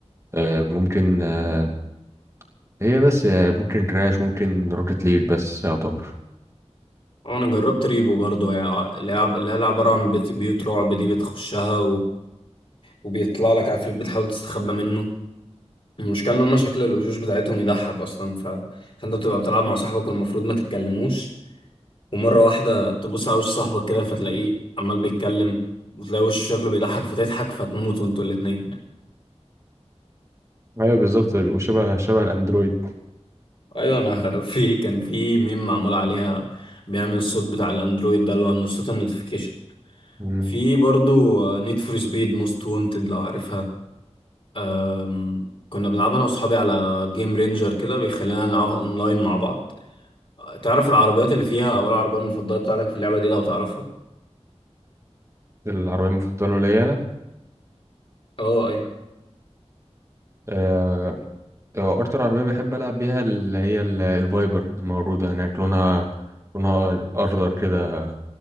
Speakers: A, on the right; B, on the left.
A: آه، ممكن آه، هي بس آه، ممكن كراش ممكن روكت ليد بس يعتبر
B: أنا جربت ريبو برضو يعني لعب اللي هي لعبة عن بيوت بيوت رعب دي بتخشها وبيطلع لك عفريت بتحاول تستخبى منه المشكلة ان هما شكل الوشوش بتاعتهم يضحك اصلا ف... فانت بتبقى بتلعب مع صاحبك والمفروض ما تتكلموش ومرة واحدة تبص على وش صاحبك كده فتلاقيه عمال بيتكلم وتلاقي وش شكله بيضحك فتضحك فتموت وانتوا الاتنين
A: ايوه بالظبط وشبه شبه الاندرويد
B: ايوه انا <laughs> في كان في ميم معمول عليها بيعمل الصوت بتاع الاندرويد ده اللي هو إنه صوت النوتيفيكيشن
A: مم.
B: في برضو نيد فور سبيد موست وونتد لو عارفها أم، كنا بنلعبها انا واصحابي على جيم رينجر كده بيخلينا نلعبها اونلاين مع بعض تعرف العربيات اللي فيها او العربية المفضلة بتاعتك في اللعبة دي لو تعرفها
A: العربيه المفضله ليا انا
B: اه ايوه
A: آه، آه، اكتر عربيه بحب العب بيها اللي هي ال- الفايبر الموجوده هناك لونها لونها اخضر كده